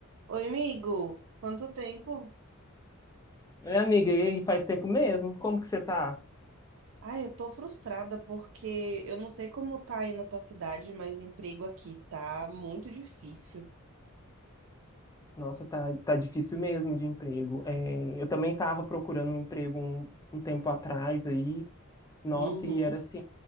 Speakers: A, on the right (about 65°); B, on the left (about 15°).
A: Oi, amigo. Quanto tempo?
B: Oi, amiga, e aí, faz tempo mesmo? Como que você tá?
A: Ai, eu tô frustrada porque eu não sei como tá aí na tua cidade, mas emprego aqui tá muito difícil.
B: Nossa, tá, tá difícil mesmo de emprego. É, eu também tava procurando um emprego um, um tempo atrás aí. Nossa,
A: Uhum.
B: e era assim,